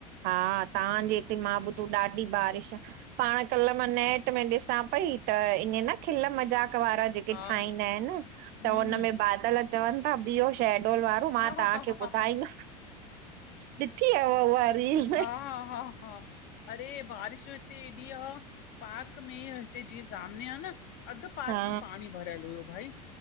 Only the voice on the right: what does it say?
हा, तां जे हिते मां ॿुधो ॾाढी बारिश आ, पां कल मां नेट में ॾिसां पई त ईअं न खिल मज़ाक वारा जेके
ठहींदा आहिनि,
त उन
में बादल चवनि था बीहोे छैडोल वा पोइ मां
तांखे
ॿुधाईमि, ॾिठी हव उहा रील
हा